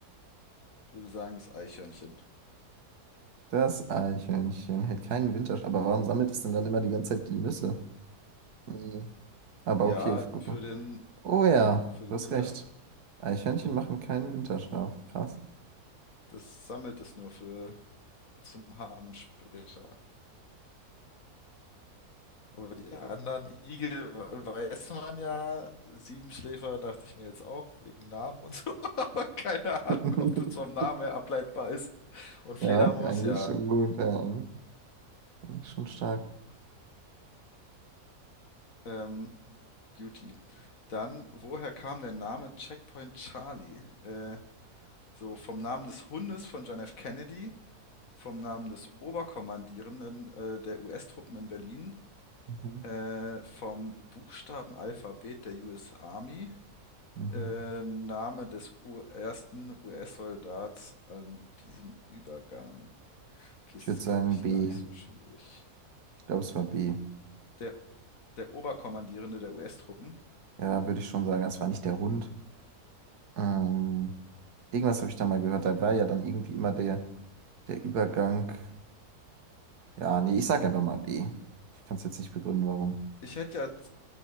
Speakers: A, on the left (about 60°); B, on the right (about 80°).
A: Ich würde sagen, das Eichhörnchen.
B: Das Eichhörnchen hält keinen Winterschlaf. Aber warum sammelt es denn dann immer die ganze Zeit die Nüsse? Hm, Aber
A: Ja,
B: okay, guck
A: für
B: mal.
A: den,
B: Oh ja,
A: für den
B: du hast
A: Winter.
B: recht. Eichhörnchen machen keinen Winterschlaf. Krass.
A: Das sammelt es nur für zum Haben später. Aber die anderen Igel weiß man ja. Siebenschläfer dachte ich mir jetzt auch, wegen Namen und so. <laughs> Aber keine Ahnung,
B: <laughs>
A: ob das vom Namen her ableitbar ist. Und Fledermaus,
B: Ja, eigentlich
A: ja.
B: schon gut. Ja, eigentlich, eigentlich schon stark.
A: Ähm, Duty. Dann, woher kam der Name Checkpoint Charlie? Äh, so vom Namen des Hundes von John F. Kennedy, vom Namen des Oberkommandierenden äh, der US-Truppen in Berlin,
B: Mhm.
A: äh, vom Buchstabenalphabet der US Army.
B: Mhm.
A: Äh, Name des U ersten US-Soldats an diesem Übergang. Okay, es
B: Ich würde
A: ist,
B: sagen
A: glaube ich,
B: B.
A: gar nicht so schwierig.
B: Ich glaube, es war B.
A: Der, der Oberkommandierende der US-Truppen.
B: Ja, würde ich schon sagen. Es war nicht der Hund. Ähm, irgendwas habe ich da mal gehört. Da war ja dann irgendwie immer der, der Übergang. Ja, nee, ich sag einfach mal B. Ich kann es jetzt nicht begründen, warum.
A: Ich hätte ja,